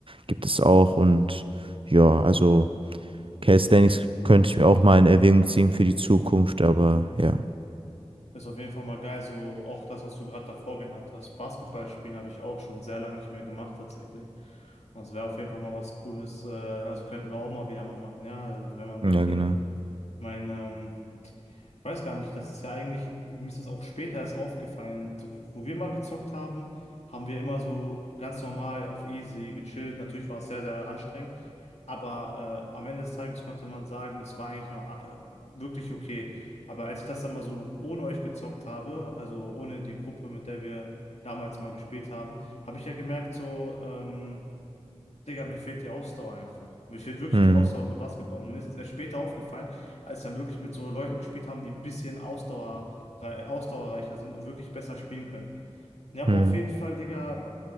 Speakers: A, on the right; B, on the left.
A: gibt es auch. Und ja, also Calisthenics könnte ich mir auch mal in Erwägung ziehen für die Zukunft, aber ja.
B: Ist auf jeden Fall mal geil, so auch das, was du gerade davor genannt hast. Basketball spielen habe ich auch schon sehr lange nicht mehr gemacht, tatsächlich. Und das wäre auf jeden Fall mal was Cooles. Äh, also könnten wir auch mal wieder mal machen, ja, also wenn man
A: Ja,
B: möchte.
A: genau.
B: Ich meine, ähm, Ich weiß gar nicht, das ist ja eigentlich, mir ist das auch später erst aufgefallen. So, wo wir mal gezockt haben, haben wir immer so ganz normal auf easy gechillt. Natürlich war es sehr, sehr anstrengend, aber äh, am Ende des Tages konnte man sagen, es war eigentlich noch äh, wirklich okay. Aber als ich das dann mal so ohne euch gezockt habe, also ohne die Gruppe, mit der wir damals mal gespielt haben, habe ich ja gemerkt, so, ähm, Digga, mir fehlt die Ausdauer einfach. Mir fehlt wirklich
A: Hm,
B: die Ausdauer für Basketball. Und mir ist das erst später aufgefallen, als dann wirklich mit so Leuten gespielt haben, die ein bisschen Ausdauer, ausdauerreicher sind und wirklich besser spielen können. Ja, aber
A: hm.
B: auf jeden Fall, Digga,